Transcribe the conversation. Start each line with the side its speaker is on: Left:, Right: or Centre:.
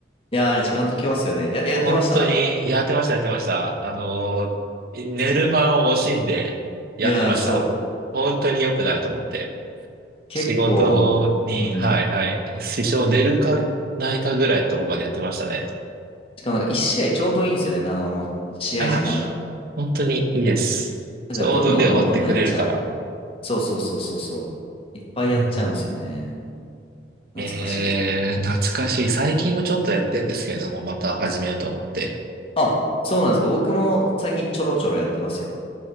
Left: いやー、あれ時間解きますよね。や、やってました
Right: 本当に、やってました、やってました。あのー、寝る間を惜しんでやってました。
Left: いやー、そう。
Right: 本当に良くないと思って。
Left: 結構、
Right: 仕事に、
Left: うん。
Right: はいはい、支障出るかないかぐらいのところまでやってましたね。
Left: しかもなんか一試合ちょうどいいんですよね。あの、試合時間が。
Right: あー、本当にいいです。
Left: だからどんどんどんどんやっちゃう。
Right: ちょうどで終わってくれるから。
Left: そうそうそうそうそう。いっぱいやっちゃうんですよね。
Right: うんうん
Left: 懐かしい。
Right: えー、懐かしい。最近もちょっとやってんですけれども、また始めようと思って。
Left: あ、そうなんですか。僕も最近ちょろちょろやってますよ。